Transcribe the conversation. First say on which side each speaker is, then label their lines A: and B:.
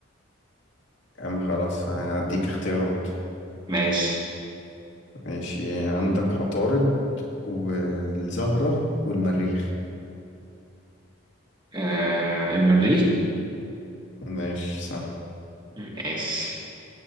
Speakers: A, on the left; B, on the right.
A: أما خلاص هديك اختيارات
B: ماشي
A: ماشي عندك عطارد والزهرة والمريخ
B: آه، المريخ
A: ماشي صح
B: ماشي